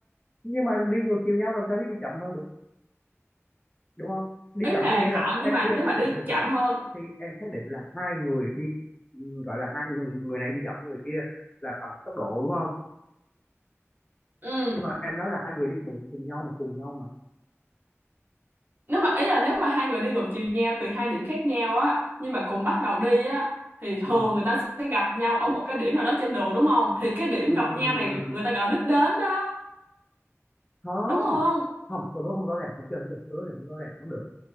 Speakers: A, on the left; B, on the right.
A: nhưng mà đi ngược chiều nhau làm sao biết đi chậm hơn được đúng không đi
B: ý
A: chậm
B: là
A: có nghĩa là
B: họ
A: em
B: nhưng mà
A: khi em
B: nếu mà
A: xác
B: đi
A: định được
B: chậm
A: là
B: hơn
A: khi em xác định là hai người đi ừ, gọi là hai người người này đi chậm hơn người kia là bằng tốc độ đúng không
B: ừ
A: nhưng mà em nói là hai người đi bộ cùng nhau mà cùng nhau mà
B: nếu mà ý là nếu mà hai người đi ngược chiều nhau từ hai điểm khác nhau á nhưng mà cùng bắt đầu đi á thì
A: ừ
B: thường người ta sẽ gặp nhau ở một cái điểm nào đó trên đường đúng không thì cái điểm
A: ừ
B: gặp
A: ừ
B: nhau
A: ừ,
B: này
A: ừ. ừ.
B: người ta gọi là đích đến đó
A: không
B: đúng không
A: không câu đố không rõ ràng không chơi không chơi câu đố này không rõ ràng không được